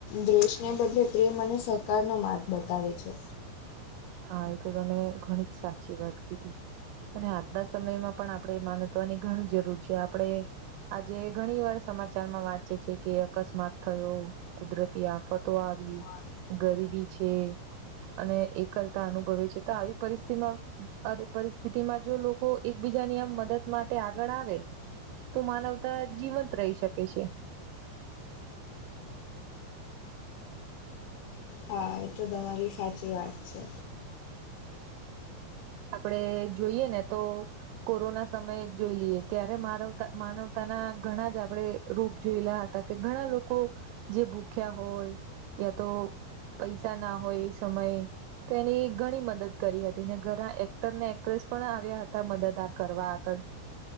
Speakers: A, on the left (about 75°); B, on the right (about 90°).
A: દ્વેષને બદલે પ્રેમ અને સહકારનો માર્ગ બતાવે છે
B: હા, એ તો તમે ઘણી જ સાચી વાત કીધી અને આજના સમયમાં પણ આપણેે માન ની ઘણી જરૂર છે આપણે આજે ઘણી વાર સમાચારમાં વાંચીએ છીએ કે અકસ્માત થયો કુદરતી આફતો આવી
A: હા
B: ગરીબી છે, અને એક કરતા અનુભવે છે તો આવી પરિસ્થિતિમાં આવી પરિસ્થિતિમાં જો લોકો એકબીજાની આમ મદદ માટે આગળ આવે તો માનવતા જીવંત રહી શકે છે
A: હા, એ તો તમારી સાચી વાત છે
B: આપડે જોઈએ ને તો કોરોના સમયે જોઈ લઈએ ત્યારે માનવ માનવતાના ઘણા જ આપણેે રૂપ જોયેલા હતા કે ઘણા લોકો જે ભૂખ્યા હોય યા તો પૈસા ના હોય એ સમયે તો એની ઘણી મદદ કરી હતી ને ઘરા એક્ટર ને એક્ટ્રેસ પણ આવ્યા હતા મદદ આ કરવા આગળ